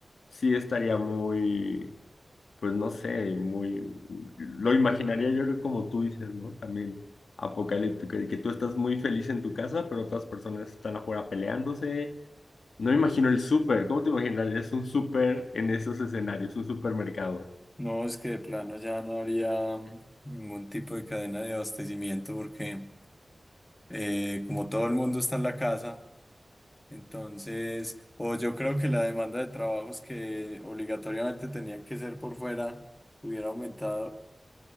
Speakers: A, on the left (about 85°); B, on the left (about 15°).
A: sí estaría muy, pues no sé, muy, lo imaginaría yo creo que como tú dices, ¿no? También apocalíptico, de que tú estás muy feliz en tu casa, pero otras personas están afuera peleándose. No me imagino el súper, ¿cómo te imaginarías un súper en esos escenarios, un supermercado?
B: No, es que de plano ya no habría mm, ningún tipo de cadena de abastecimiento porque eh, como todo el mundo está en la casa, Entonces, o yo creo que la demanda de trabajos que obligatoriamente tenían que ser por fuera hubiera aumentado